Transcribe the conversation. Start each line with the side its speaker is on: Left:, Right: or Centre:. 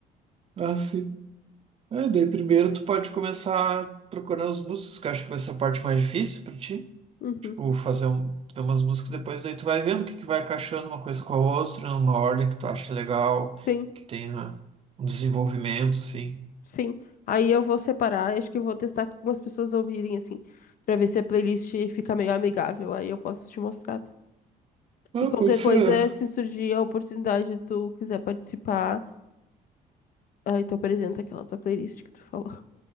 Right: Ah, sim. É, daí primeiro tu pode começar procurando as músicas, que eu acho que vai ser a parte mais difícil pra ti.
Left: Uhum,
Right: Tipo, fazer um, ter umas músicas depois, daí tu vai vendo o que, que vai encaixando uma coisa com a outra, numa ordem que tu acha legal,
Left: sim.
Right: que tenha um desenvolvimento, assim.
Left: Sim, aí eu vou separar, acho que vou testar com algumas pessoas ouvirem, assim, pra ver se a playlist fica meio amigável, aí eu posso te mostrar.
Right: Ah,
Left: E qualquer
Right: pode ser.
Left: coisa, se surgir a oportunidade, tu quiser participar, aí tu apresenta aquela tua playlist que tu falou.